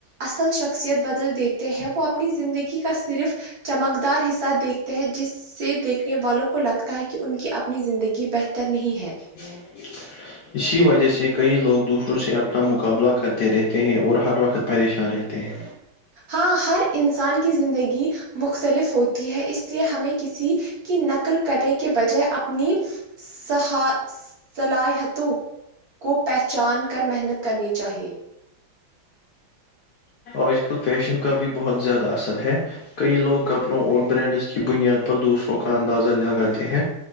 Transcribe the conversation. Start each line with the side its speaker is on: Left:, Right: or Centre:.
Right: اصل شخصیت بدل دیتے ہیں وہ اپنی زندگی کا صرف چمکدار حصہ دیکھتے ہیں جس سے دیکھنے والوں کو لگتا ہے کہ ان کی اپنی زندگی بہتر نہیں ہے
Left: ج اسی وجہ سے کئی لوگ دوسروں سے اپنا مقابلہ کرتے رہتے ہیں اور ہر وقت پریشان رہتے ہیں
Right: ہاں ہر انسان کی زندگی مختلف ہوتی ہے اس لیے ہمیں کسی کی نقل کرنے کے بجائے اپنی صلاحیتوں کو پہچان کر محنت کرنی چاہیے
Left: آج کل فیشن کا بھی بہت زیادہ اثر ہے کئی لوگ کپڑوں اور برنڈز کی بنیاد پر دوسروں کا اندازہ لگاتے ہیں